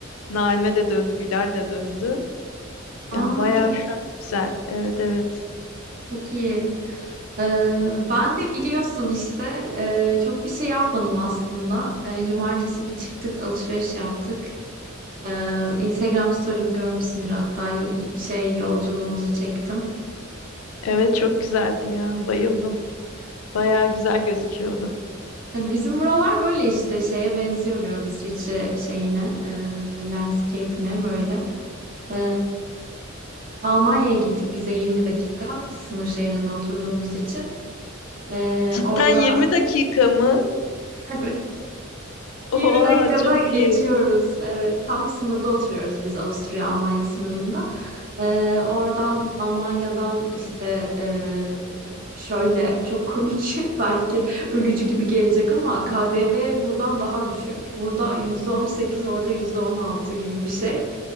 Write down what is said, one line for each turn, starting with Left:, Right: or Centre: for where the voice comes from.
Left: Naime de döndü. Bilal de döndü. Yani
Right: Aa,
Left: bayağı
Right: çok
Left: şu an güzel. Evet evet.
Right: çok iyi. Ee, ben de biliyorsun işte e, çok bir şey yapmadım aslında. Ee, cumartesi bir çıktık alışveriş yaptık. Ee, Instagram story'mi görmüşsündür hatta yo- şey yolculuğumuzu çektim.
Left: Evet çok güzeldi ya. Bayıldım. Bayağı güzel gözüküyordu.
Right: E, Bizim buralar böyle işte şeye benziyor biraz İsviçre şeyine, e, landscape'ine böyle. E, Almanya'ya gittik bize 20 dakika. Biz sınır şehrinde oturduğumuz için. E,
Left: Cidden
Right: orada
Left: 20 dakika mı?
Right: <laughs> 20
Left: Oha
Right: dakikada
Left: çok
Right: geçiyoruz.
Left: iyi.
Right: Evet, tam sınırda oturuyoruz biz Avusturya-Almanya sınırında. Ee, oradan Almanya'dan işte e, şöyle çok komik <laughs> belki ölücü gibi gelecek ama KDV buradan daha düşük. Burada yüzde on sekiz orada %16 gibi bir şey.